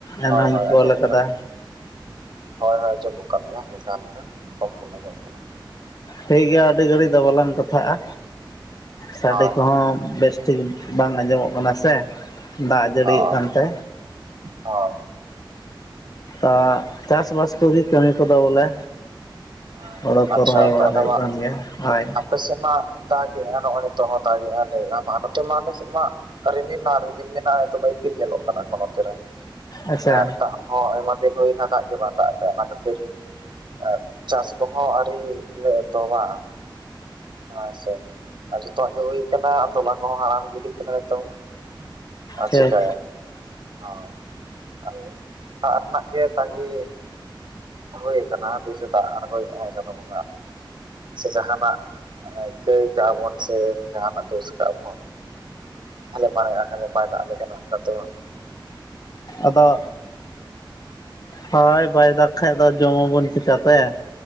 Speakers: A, on the left (about 45°); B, on the right (about 65°).
A: ᱮᱱᱦᱚᱧ
B: ᱦᱳᱭ ᱦᱳᱭ
A: ᱠᱚᱞ
B: ᱟᱸᱡᱚᱢᱚᱜ
A: ᱟᱠᱟᱫᱟ᱾
B: ᱠᱟᱱᱟ ᱦᱳᱭ ᱦᱳᱭ ᱡᱚᱢᱚᱜ ᱠᱟᱱ ᱜᱮᱭᱟ ᱦᱟᱞᱠᱟ ᱦᱟᱱᱠᱟ ᱠᱚᱢ ᱠᱚᱢ ᱢᱚᱡᱚᱜ ᱠᱟᱱᱟ᱾
A: ᱛᱟ. ᱭ ᱜᱮ ᱟᱹᱰᱤ ᱜᱷᱟᱹᱲᱤᱡ ᱫᱚ ᱵᱟᱞᱟᱝ ᱠᱟᱛᱷᱟᱜᱼᱟ ᱥᱟᱰᱮ
B: ᱦᱳᱭ
A: ᱠᱚᱦᱚᱸ ᱵᱮᱥᱴᱷᱤᱠ ᱵᱟᱝ ᱟᱸᱡᱚᱢᱚᱜ ᱠᱟᱱᱟ ᱥᱮ ᱫᱟᱜ ᱡᱟᱹᱲᱤᱭᱮᱫ
B: ᱦᱳᱭ
A: ᱠᱟᱱᱛᱮ᱾
B: ᱦᱳᱭ
A: ᱟᱜ ᱪᱟᱥ ᱵᱟᱥ ᱠᱚᱜᱮ ᱠᱟᱹᱢᱤ ᱠᱚᱫᱚ ᱵᱚᱞᱮ
B: ᱦᱮᱸ,
A: ᱦᱳᱲᱳ ᱠᱚ
B: ᱟᱪᱪᱷᱟ
A: ᱨᱚᱦᱚᱭ ᱵᱟᱲᱟ
B: ᱛᱟᱦᱚᱞᱮ
A: ᱦᱩᱭᱩᱜ
B: ᱢᱟ
A: ᱠᱟᱱ ᱜᱮᱭᱟ ᱦᱚᱭ᱾
B: ᱟᱯᱮ ᱥᱮ ᱢᱟ ᱫᱟᱜᱮᱼᱟ ᱱᱚᱜᱼᱚᱭ ᱱᱤᱛᱚᱜ ᱦᱚᱸ ᱫᱟᱜᱮᱼᱟ᱾ ᱞᱮᱭᱮᱜᱟᱢ ᱟ ᱱᱚᱛᱮ ᱢᱟ ᱟᱞᱮ ᱥᱮᱫ ᱢᱟ᱾ ᱠᱟ ᱨᱤᱢᱤᱞ ᱨᱮᱱᱟᱜ ᱨᱤᱢᱤᱞ ᱢᱮᱱᱟᱜᱼᱟ ᱛᱚᱵᱮ ᱤᱯᱤᱞ ᱧᱮᱞᱚᱜ ᱠᱟᱱᱟ ᱱᱚᱛᱮ ᱨᱮ
A: ᱟᱪᱪᱷᱟ
B: ᱟᱨ ᱫᱟᱜ ᱦᱚᱸ ᱟᱭᱢᱟ ᱫᱤᱱ ᱦᱩᱭᱱᱟ ᱫᱟᱜ ᱜᱮ ᱵᱟᱝ ᱫᱟᱜ ᱥᱟᱭ ᱚᱱᱟ ᱠᱷᱟᱹᱛᱤᱨ ᱮ ᱪᱟᱥ ᱠᱚᱦᱚᱸ ᱟᱨᱤ ᱞᱮ ᱛᱚᱞᱟᱜᱼᱟ ᱦᱮᱸ ᱥᱮ ᱟᱨ ᱡᱚᱛᱚᱣᱟᱜ ᱜᱮ ᱦᱩᱭᱩ ᱟᱠᱟᱱᱟ ᱛᱚᱞᱟ ᱠᱚᱦᱚᱸ ᱦᱟᱲᱟᱢ ᱜᱤᱰᱤ ᱠᱟᱱᱟ ᱱᱤᱛᱚᱝ ᱢᱟᱺ ᱟᱨ
A: ᱴᱷᱤᱠ
B: ᱪᱤᱠᱟᱭᱟᱢ ᱦᱳᱭ ᱟ ᱫᱟᱜ ᱨᱮᱱᱟᱜ ᱜᱮ ᱛᱟᱺᱜᱤ ᱦᱳᱭ ᱟᱠᱟᱱᱟ ᱛᱤᱥᱮ ᱫᱟᱜ ᱟᱬᱜᱳᱭᱮᱜᱼᱟ ᱪᱟᱸᱫᱚ ᱵᱚᱸᱜᱟ᱾ ᱥᱮ ᱡᱟᱦᱟᱱᱟᱜ ᱠᱟᱹᱭ ᱠᱟᱜ ᱵᱚᱱ ᱥᱮ ᱡᱟᱦᱱᱟᱜ ᱫᱳᱥ ᱠᱟᱜᱼᱟ ᱠᱟᱵᱚᱱ᱾ ᱟᱞᱮ ᱢᱟᱱᱮᱜᱼᱟ ᱦᱮᱸ ᱢᱟ ᱵᱟᱭ ᱫᱟᱜ ᱞᱮ ᱠᱟᱱᱟ ᱚᱱᱟᱛᱮ ᱢᱟ᱾
A: ᱟᱫᱚ ᱦᱳᱭ ᱵᱟᱭ ᱫᱟᱜᱽ ᱠᱷᱟᱱ ᱫᱚ ᱡᱚᱢ ᱟᱵᱚᱱ ᱪᱤᱠᱟᱹᱛᱮ?